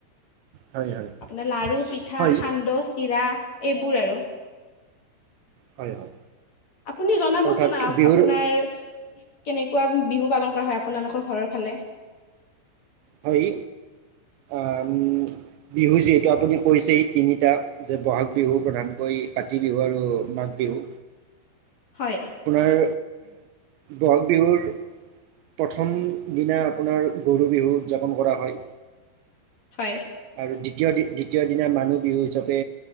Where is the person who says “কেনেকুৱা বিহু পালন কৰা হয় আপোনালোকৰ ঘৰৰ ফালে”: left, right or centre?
Left